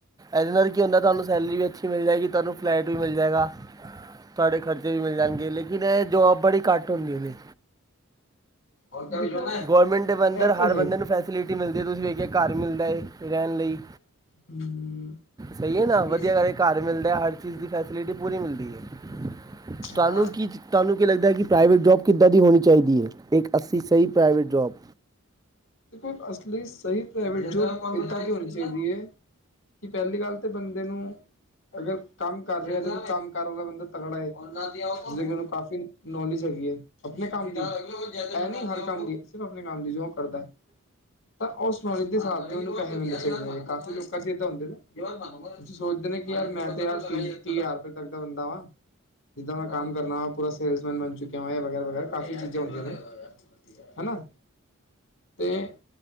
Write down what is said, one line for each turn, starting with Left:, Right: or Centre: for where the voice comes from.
Right: ਏਹਦੇ ਨਾਲ ਕੀ ਹੁੰਦਾ ਏ ਤੁਹਾਨੂੰ ਸੈਲਰੀ ਵੀ ਅੱਛੀ ਮਿਲ ਜਾਏਗੀ। ਤੁਹਾਨੂੰ ਫਲੈਟ ਵੀ ਮਿਲ ਜਾਏਗਾ। ਤੁਹਾਡੇ ਖ਼ਰਚੇ ਵੀ ਮਿਲ ਜਾਣਗੇ, ਲੇਕਿਨ ਏਹ ਜੋਬ ਬੜੀ ਘੱਟ ਹੁੰਦੀ ਨੇ।
Left: <unintelligible>
Right: ਗੌਰਮੈਂਟ ਦੇ ਵੰਦਰ
Left: ਇਹ ਤੇ
Right: ਹਰ ਬੰਦੇ
Left: ਹੈ ਹੀ।
Right: ਨੂੰ ਫੈਸਿਲਿਟੀ ਮਿਲਦੀ ਏ ਤੁਸੀਂ ਵੇਖਿਆ ਕਾਰ ਮਿਲਦਾ ਏ। ਰੇਹਣ ਲਈ,
Left: ਹੂੰ
Right: ਸਈ ਏ ਨਾ
Left: ਹੂੰ ਹੂੰ
Right: ਵਧੀਆ ਨਾਲੇ ਕਾਰ ਮਿਲਦਾ ਏ ਹ ਰ ਚੀਜ਼ ਦੀ ਫੈਸਿਲਿਟੀ ਪੂਰੀ ਮਿਲਦੀ ਏ।
Left: ਹਾਂ।
Right: ਤੁਆਨੂੰ ਕੀ, ਤੁਆਨੂੰ ਕੀ ਲੱਗਦਾ ਏ ਕਿ ਪ੍ਰਾਈਵੇਟ ਜੋਬ ਕਿੱਦਾਂ ਦੀ ਹੋਣੀ ਚਾਈਦੀ ਏ? ਏਕ ਅੱਸੀ ਸਈ ਪ੍ਰਾਈਵੇਟ ਜੋਬ।
Left: ਦੇਖੋ ਅਸਲੀ ਸਈ ਪ੍ਰਾਈਵੇਟ ਜੋਬ ਇਦਾਂ ਦੀ ਹੋਣੀ ਚਾਈਦੀ ਏ ਕਿ ਪੈਲੀ ਗੱਲ ਤੇ ਬੰਦੇ ਨੂੰ ਅਗਰ ਕੰਮ ਕਰ ਰੇਆ ਏ ਤੇ ਕੰਮ ਕਾਰ ਵਾਲਾ ਬੰਦਾ ਤੱਗੜਾ ਏ। <unintelligible> ਉਹਨੂੰ ਕਾਫੀ ਨੌਲੇਜ ਹੈਗੀ ਏ ਆਪਣੇ ਕੰਮ ਦੀ, ਹੈ ਨੀ ਹਰ ਕੰਮ ਦੀ ਸਿਰ ਆਪਣੇ ਕੰਮ ਦੀ ਜੋਬ ਕਰਦਾ ਏ। ਤਾਂ ਉਸ ਨੌਲੇਜ ਦੇ ਹਿਸਾਬ ਦੇ ਉਹਨੂੰ ਪੈਸੇ ਮਿਲਦੇ ਨੇ ਕਾਫੀ ਲੋਕਾਂ ਚ ਏਦਾਂ ਹੁੰਦੇ ਨੇ। ਸੋਚਦੇ ਨੇ ਯਾਰ ਮੈਂ ਤੇ ਯਾਰ ਤੀਹ, ਤੀਹ ਹਜ਼ਾਰ ਤੱਕ ਦਾ ਬੰਦਾ ਵਾਂ। ਜਿੱਦਾਂ ਮੈਂ ਕੰਮ ਕਰਨਾ ਵਾਂ, ਪੂਰਾ ਸੇਲਸਮੈਨ ਬਣ ਚੁੱਕਿਆ ਵਾ, ਇਹ ਵਗੈਰਾ- ਵਗੈਰਾ ਕਾਫ਼ੀ ਚੀਜ਼ਾਂ ਹੁੰਦੀਆਂ ਨੇ। ਹਨਾ ਅਤੇ